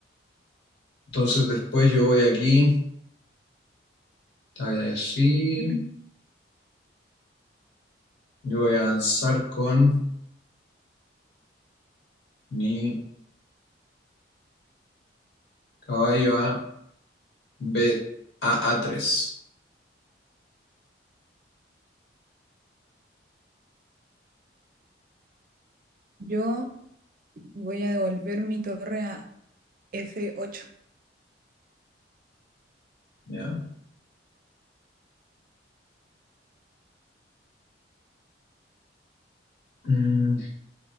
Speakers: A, on the left; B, on the right.
A: Entonces después yo voy aquí, está así.
B: <clears throat>
A: Yo voy a avanzar con mi caballo a B, a A3.
B: Yo voy a devolver mi torre a f ocho
A: ¿Ya? Mm,